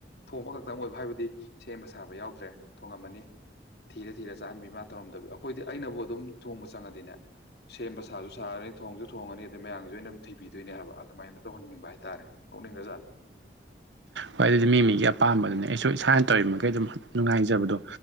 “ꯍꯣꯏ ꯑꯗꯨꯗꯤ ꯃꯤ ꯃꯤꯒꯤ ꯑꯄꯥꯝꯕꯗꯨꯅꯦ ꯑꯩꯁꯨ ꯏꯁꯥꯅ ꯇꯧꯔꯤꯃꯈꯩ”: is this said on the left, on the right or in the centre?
Right